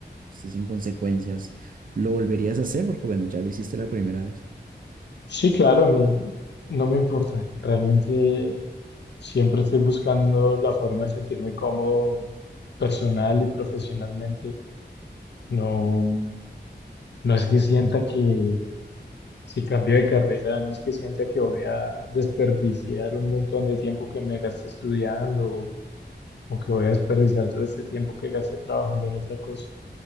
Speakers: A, on the right; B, on the left.
A: sí, sin consecuencias, ¿lo volverías a hacer? Porque bueno, ya lo hiciste la primera vez.
B: Sí, claro, a mí no me importa. Realmente siempre estoy buscando la forma de sentirme cómodo personal y profesionalmente. No, no es que sienta que si cambio de carrera, no es que sienta que voy a desperdiciar un montón de tiempo que me gasté estudiando o, o que voy a desperdiciar todo este tiempo que gasté trabajando en otra cosa.